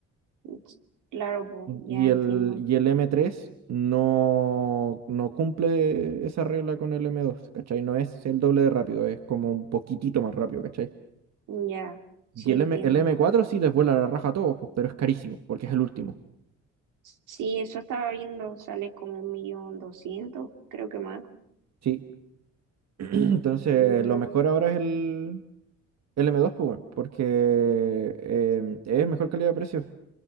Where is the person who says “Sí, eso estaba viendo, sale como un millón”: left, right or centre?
Right